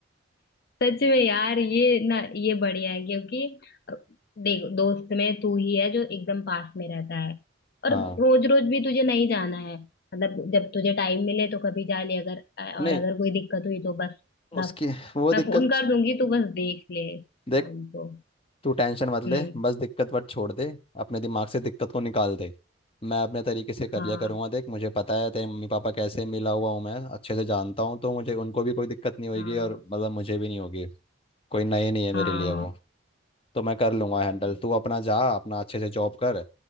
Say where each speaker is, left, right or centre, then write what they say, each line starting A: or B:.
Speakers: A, on the left; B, on the left.
A: सच में यार ये ना ये बढ़िया है क्योंकि अ, देखो दोस्त में तू ही है जो एकदम पास में रहता है और
B: हाँ
A: रोज रोज भी तुझे नहीं जाना है मतलब जब तुझे टाइम मिले तो कभी जा ले अगर अ,
B: नहीं
A: और अगर कोई दिक्कत हुई तो बस थोड़ा
B: उसकी वो दिक्कत
A: मैं फोन कर दूंगी तो बस देख ले ना
B: देख
A: उनको
B: तू टेंशन मत
A: हम्म
B: ले बस दिक्कत वट छोड़ दे अपने दिमाग से दिक्कत को निकाल दे मैं अपने तरीके से कर
A: हाँ
B: लिया करूँगा देख मुझे पता है तेरे मम्मी पापा कैसे मिला हुआ हूँ मैं अच्छे से जानता हूँ तो मुझे उनको भी कोई दिक्कत नहीं होगी
A: हाँ
B: और मतलब मुझे भी नहीं होगी कोई नई नहीं है
A: हाँ
B: मेरे लिए वो तो मैं कर लूंगा हैंडल
A: वही
B: तू अपना जा अपना अच्छे से जॉब कर